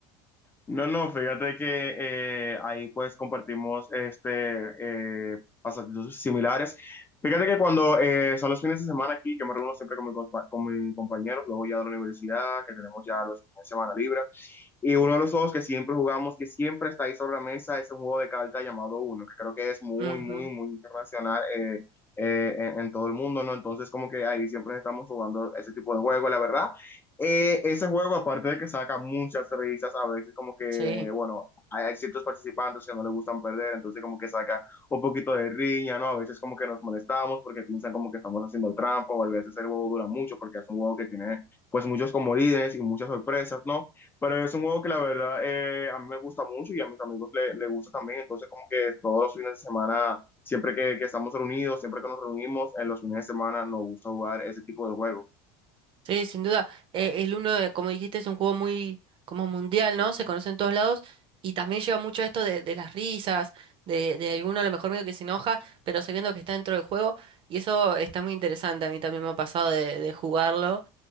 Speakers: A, on the left; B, on the right.
A: No, no, fíjate que eh, ahí pues compartimos este, eh, pasatiempos similares. Fíjate que cuando eh, son los fines de semana aquí, yo me reúno siempre con mi, compa- con mi compañero, luego ya de la universidad, que tenemos ya los fines de semana libre. Y uno de los juegos que siempre jugamos, que siempre está ahí sobre la mesa, es un juego de cartas llamado Uno, que creo que es muy,
B: Ujú,
A: muy, muy internacional eh, eh, en, en todo el mundo, ¿no? Entonces como que ahí siempre estamos jugando ese tipo de juego, la verdad. Eh, ese juego, aparte de que saca muchas risas, a veces como que,
B: sí.
A: bueno, hay, hay ciertos participantes que no les gustan perder, entonces como que saca un poquito de riña, ¿no? A veces como que nos molestamos porque piensan como que estamos haciendo trampa, o a veces el juego dura mucho porque es un juego que tiene pues muchos comodines y muchas sorpresas, ¿no? Pero es un juego que la verdad eh, a mí me gusta mucho y a mis amigos le, le gusta también, entonces como que todos los fines de semana, siempre que, que estamos reunidos, siempre que nos reunimos, en los fines de semana nos gusta jugar ese tipo de juegos.
B: Sí, sin duda. Eh, el uno, de- como dijiste, es un juego muy como mundial, ¿no? Se conoce en todos lados y también lleva mucho esto de, de las risas, de, de alguno a lo mejor medio que se enoja, pero sabiendo que está dentro del juego y eso está muy interesante. A mí también me ha pasado de, de jugarlo